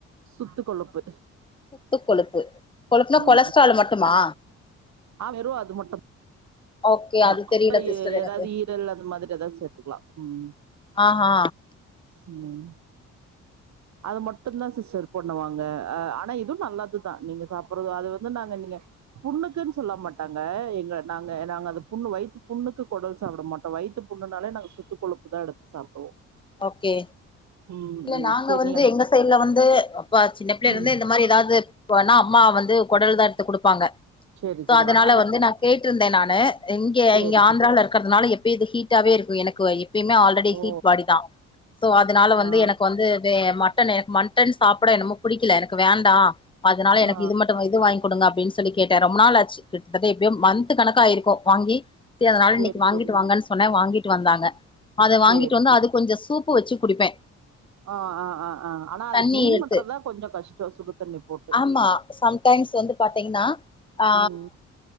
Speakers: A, on the right; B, on the left.
A: சுத்து கொழுப்பு
B: சுத்து கொழுப்பு கொழுப்புனா
A: ஆ
B: கொலஸ்ட்ரால் மட்டுமா
A: ஆ வெறு அது மட்டு
B: ஓகே அது
A: தா
B: தெரியல சிஸ்டர்
A: எ
B: எனக்கு
A: ஏதாவது ஈரல் அந்த மாதிரி ஏதாவது சேத்துக்லா ம்
B: ஆ ஹா
A: <unintelligible> அது மட்டு தா சிஸ்டர் பண்ணுவாங்க அ ஆனா இது நல்லதுதா நீங்க சாப்புறது அது வந்து நாங்க நீங்க புண்ணுக்குன் சொல்ல மாட்டாங்க எங்க நாங்க நாங்க அத புண்ணு வைத்து புண்ணுக்கு கொடல் சாப்ட மாட் ட வய்த்து புண்ணுனாலே நாங்க சுத்து கொழுப்பு தா எடுத்து சாப்டுவோ
B: ஓகே
A: ம்
B: இல்ல
A: ம்
B: நாங்க
A: சேரி
B: வந்து
A: நீங்க
B: எங்க சைட்ல வந்து ப்ப சின்ன பிள்ளைய
A: ம்
B: இருந்து இந்த மாரி ஏதாவது போனா அம்மா வந்து கொடல் தா எடுத்து குடுப்பாங்க
A: சேரி
B: சோ
A: சேரி
B: அதனால
A: ஆனா அதுக்கு
B: வந்து நான் கேட்ருந்த நானு இங்கே
A: சேரி
B: இங்க ஆந்த்ரால
A: சேரி
B: இருக் கறதுனால எப்பி இது ஹீட்டாவே இருக்கு எனக்கு எப்பியுமே ஆல்ரெடி
A: ஓ
B: ஹீட் பாடி தா சோ அதனால வந்து
A: ஆ
B: எனக்கு வந்து வே மட்டன் எனக்கு மட்டன் சாப்ட என்னமோ புடிக்கல எனக்கு வேண்டா அதனால எனக்கு
A: ஆ
B: இது மட்டு இது வாய்ங் குடுங்க அப்டின் சொல்லி கேட்ட ரொம்ப நாள் ஆச்சி கிட்டதட்ட எப்டியு மந்த் கணக்காயிருக்கு வாங்கி செரி அதனால
A: சேரி
B: இன்னைக்கு வாங்கிட்டு
A: சேரிங்க
B: வாங்கன் சொன்னே வாங்கிட்டு வந்தாங்க அது வாங்கிட்டு
A: சேரி
B: வந்து
A: சேரி
B: அது கொஞ்ச சூப்பு வச்சு குடிப்பே
A: ஆ ஆ ஆ ஆ ஆனா அது
B: தண்ணி
A: க்ளீன்
B: எடுத்து
A: பண்றதுதா கொஞ்ச கஷ்ட சுடு தண்ணி போட்டு
B: ஆமா சம்டைம்ஸ் வந்து பாத்திங்னா ஆ
A: ம்